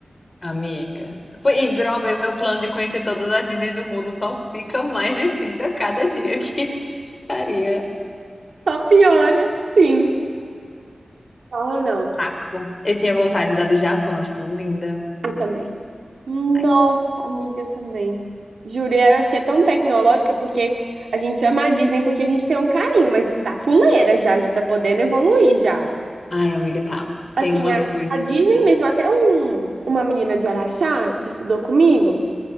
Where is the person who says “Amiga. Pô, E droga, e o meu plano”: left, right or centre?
Left